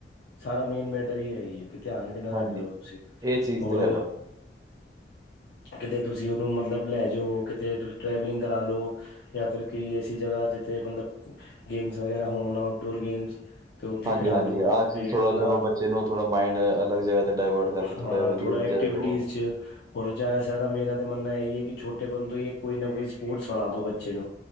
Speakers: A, on the left (about 65°); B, on the right (about 20°).
A: ਸਾਰਾ ਮੇਨ ਮੈਟਰ ਹੀ ਹੈ ਹੀ ਹੈ ਕਿ। ਧਿਆਨ ਕਿੰਨਾ ਰੱਖ
B: ਹਾਂਜੀ
A: ਰੇ ਹੋ
B: ਹਾਂਜੀ
A: ਤੁਸੀਂ
B: ਇਹ ਚੀਜ਼
A: ਹੋਰ।
B: ਤੇ ਹੈ ਪਰ
A: ਕਿਤੇ ਤੁਸੀਂ ਉਹਨੂੰ ਮਤਲਬ ਲੈ ਜਾਓ ਕਿਤੇ। ਟਰੈਵਲਿੰਗ ਕਰਾ ਲੋ ਜਾਂ ਫਿਰ ਕੋਈ ਐਸੀ ਜਗਾ ਜਿੱਥੇ ਮਤਲਬ। ਗੇਮਸ ਵਗੈਰਾ ਹੋਣ ਆਊਟਡੋਰ ਗੇਮਸ। ਤੇ ਉੱਥੇ
B: ਹਾਂਜੀ-ਹਾਂਜੀ,
A: ਖਿਡਾ ਲੋ
B: ਆਹ ਚੀਜ਼
A: ਤੇ
B: ਥੋੜ੍ਹਾ
A: ਆਪਣਾ
B: ਚਲੋ ਬੱਚੇ ਨੂੰ ਥੋੜ੍ਹਾ ਮਾਇੰਡ ਅਲੱਗ ਜੇਹਾ ਡਾਇਵਰਟ ਕਰਕੇ। ਥੋੜਾ
A: ਹਾਂ
B: ਜਿਹਾ ਵਧੀਆ
A: ਥੋੜ੍ਹਾ
B: ਚੀਜ਼ਾਂ
A: ਐਕਟੀਵਿਟੀਜ਼
B: ਲਵਾਓ।
A: ਚ। ਹੋਰ ਜਿਆਦਾ ਸੇ ਜਿਆਦਾ ਮੇਰਾ ਤਾਂ ਮੰਨਣਾ ਇਹੀ ਹੈ, ਕਿ ਛੋਟੇ ਪੰਨ ਤੋਂ ਹੀ ਕੋਈ ਨਾ ਕੋਈ ਸਪੋਰਟਸ ਫੜਾ ਦੋ ਬੱਚੇ ਨੂੰ।